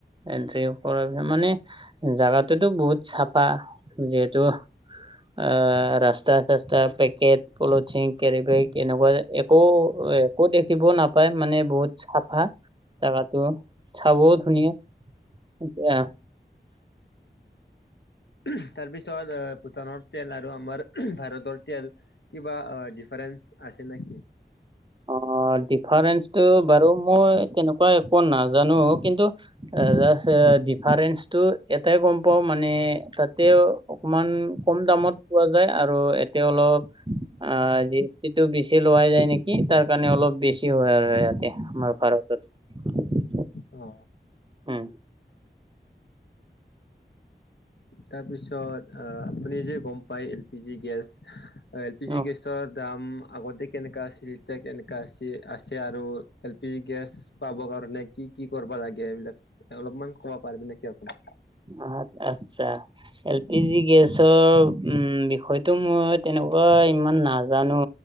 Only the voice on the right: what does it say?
এণ্ট্ৰী ওপৰত মানে জাগাটোতো বহুত চাফা যিহেত তু আ ৰাস্তা - চাস্তা, পেকেট, পলথিন, কেৰিবেগ এনেকুৱা একো এ আকৌ দেখিব নাপায় মানে বহুত চাফা জাগাটো, চাবও ধুনীয়া। এয়া
অ ডিফাৰেঞ্চটো বাৰু মই তেনেকুৱা একো নাজানো কিন্তু আ <inaudible> ডিফাৰেঞ্চটো এটাই গম পাও মানে তাতেও অকমান কম দামত পোৱা যায় আৰু এতিয়া অলপ আ জি এছ টিটো বেছি লোৱাই যায় নে কি তাৰ কাৰণে অলপ বেছি হয় আৰু ইয়াতে আমাৰ ভাৰতত।
হুম।
অ
আত আচ্ছা। এল পি জি গেছৰ উম বিষয়টো মই তেনেকুৱা ইমান নাজানো।